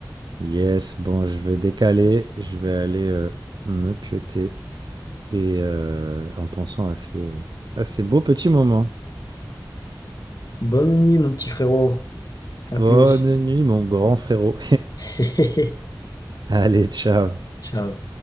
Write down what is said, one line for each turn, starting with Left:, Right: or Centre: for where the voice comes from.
Right: Yes, bon, je vais décaler, je vais aller euh, me pioter. et euh, en pensant à ces, euh, à ces beaux petits moments.
Left: Bonne nuit, mon petit frérot. À
Right: Bonne
Left: plus.
Right: nuit, mon grand frérot.
Left: <laughs>
Right: <laughs> Allez, ciao.
Left: Ciao.